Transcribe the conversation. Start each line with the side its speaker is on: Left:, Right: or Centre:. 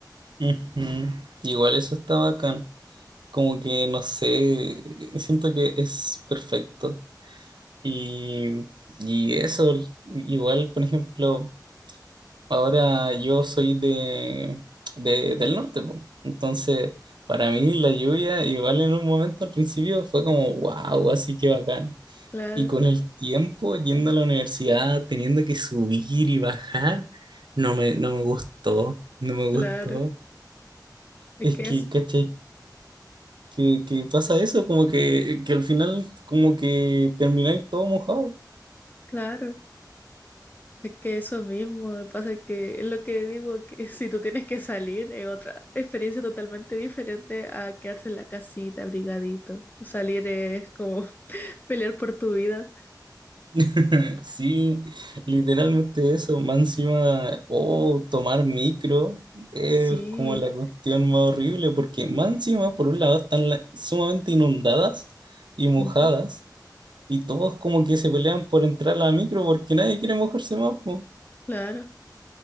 Right: Ujú. Igual eso está bacán. Como que, no sé, siento que es perfecto. Y, y eso, igual, por ejemplo, ahora yo soy de, de- del norte, po. Entonces, para mí la lluvia, igual en un momento al principio fue como, wow, así que bacán.
Left: Claro.
Right: Y con el tiempo, yendo a la universidad, teniendo que subir y bajar, no me, no me gustó, no me
Left: Claro,
Right: gustó.
Left: es
Right: Es
Left: que
Right: que,
Left: es,
Right: ¿cachai? Que, que pasa eso, como que, que al final, como que termináis todo mojado.
Left: claro, es que eso mismo, me pasa que es lo que digo, que <laughs> si tú tienes que salir es otra experiencia totalmente diferente a quedarse en la casita abrigadito. Salir es como <laughs> pelear por tu vida.
Right: <laughs> Sí, literalmente eso, más encima, oh, tomar micro es
Left: Sí,
Right: como la cuestión más horrible, porque más encima, por un lado, están la- sumamente inundadas y mojadas,
Left: ujú,
Right: y todos como que se pelean por entrar a la micro porque nadie quiere mojarse más, po.
Left: claro,